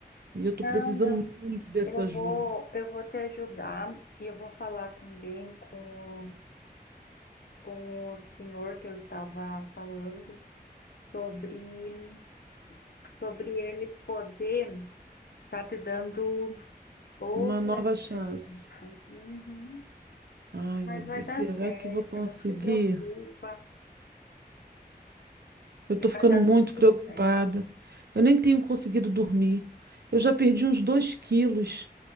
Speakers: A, on the right; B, on the left.
A: E eu tô
B: não,
A: precisando
B: não.
A: muito dessa
B: Eu
A: ajuda.
B: vou, eu vou te ajudar e eu vou falar também com com o senhor que eu estava falando sobre, sobre ele poder estar te dando outra
A: Uma nova chance.
B: chance. Uhum.
A: Ai,
B: Mas
A: meu Deus,
B: vai dar
A: será
B: certo,
A: que eu vou conseguir?
B: não se preocupa,
A: Eu
B: que
A: tô ficando
B: vai dar
A: muito
B: tudo
A: preocupada.
B: certo.
A: Eu nem tenho conseguido dormir. Eu já perdi uns dois quilos.